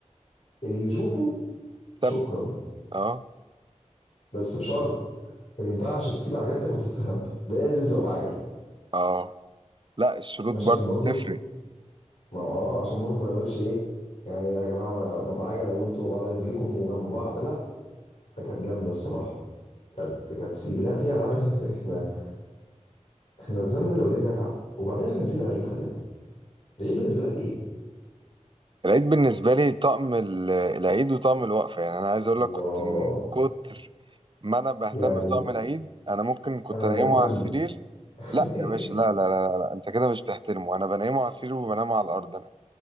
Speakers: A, on the left (about 60°); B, on the right (about 40°).
A: اللي بيشوفه شكرا
B: سب اه
A: بس بشرط ما ينفعش تسيب عجلتك وتستخبى لازم تبقى بعجل
B: اه لا الشروط
A: عشان
B: برضو
A: برضو
B: تفرق
A: ما هو اه عشان برضو ما يقولش ايه يعني يا جماعه وانا بعجله وانتوا بعد رجليكم وجنب بعض لا فكانت جامده الصراحه كانت كانت في لا في العاب احنا احنا احنا الزمن ده لو يرجع وبعدين احنا نسينا العيد خلي بالك العيد بالنسبه لك ايه؟
B: العيد بالنسبة لي طقم ال- العيد وطقم الوقفة يعني أنا عايز أقول
A: الله
B: لك كنت من كتر ما أنا بهتم
A: يعني
B: بطقم العيد أنا ممكن كنت
A: انا
B: أنيمه
A: بنيمه جنبي
B: على السرير
A: <laughs>
B: لا يا باشا لا لا لا, لا, لا. أنت كده مش بتحترمه أنا بنيمه على السرير وبنام على الأرض أنا